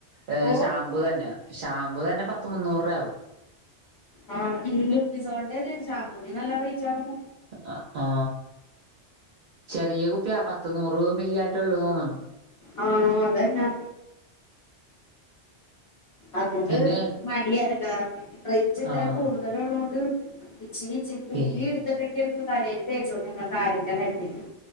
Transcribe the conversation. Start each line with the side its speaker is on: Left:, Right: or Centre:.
Right: ഏ
Left: ഓ
Right: ഷാമ്പൂ തന്നെ. ഷാമ്പു തന്നെ പത്ത് മുന്നൂറ് രൂവയാവും
Left: ആ പിന്നേ ലപ്പിസോളിന്റെ അതേ ശാമ്പൂന് നല്ല റേറ്റ് ആർന്നു.
Right: ങ് ആ ചെറിയ കുപ്പിയാ പ ത്ത് നൂറ് മില്യാട്ടെ ഉള്ളൂ തോന്നണു.
Left: ആഹ് അതന്നെ അതുകൊണ്ട്
Right: പിന്നെ
Left: മടിയ എന്തൂട്ടാ റേറ്റ് ഇത്രം
Right: ആഹ്
Left: കൂടുതലുള്ളോണ്ട് ഇച്ചിരി തുള്ളി
Right: പി
Left: എടുത്തിട്ടൊക്കേരുന്നു തലേൽ തേച്ചോണ്ടിരുന്നത് താരന്റെ മരുന്നിന്.